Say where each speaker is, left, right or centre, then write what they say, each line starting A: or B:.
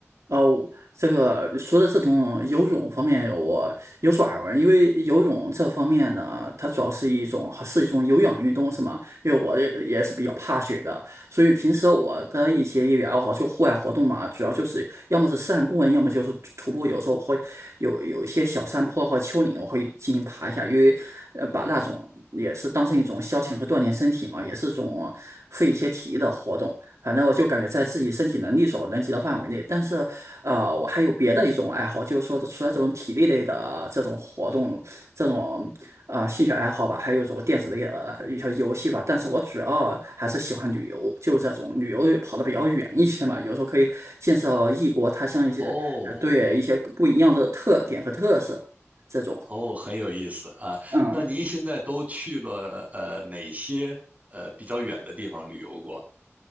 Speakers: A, on the right; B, on the right.
A: 哦，这个说的这种游泳方面，我有所耳闻。因为游泳这方面呢，它主要是一种还是一种有氧运动，是吗？因为我也也是比较怕水的，所以平时我的一些业余爱好就户外活动嘛，主要就是要么是散步啊，要么就是徒步。有时候会有有一些小山坡或丘陵，我会进行爬一下，因为呃，把那种也是当成一种消遣和锻炼身体嘛，也是种费一些体力的活动。反正我就感觉在自己身体能力所能及的范围内，但是，呃，我还有别的一种爱好，就是说除了这种体力类的这种活动，这种呃兴趣爱好吧，还有一种电子类的一些游戏吧。但是我主要还是喜欢旅游，就这种旅游跑的比较远一些嘛，有时候可以见识到异国他乡一些，
B: 哦
A: 呃对一些不一样的特点和特色这种。
B: 哦，很有意思啊。
A: 嗯。
B: 那您现在都去了呃哪些呃比较远的地方旅游过？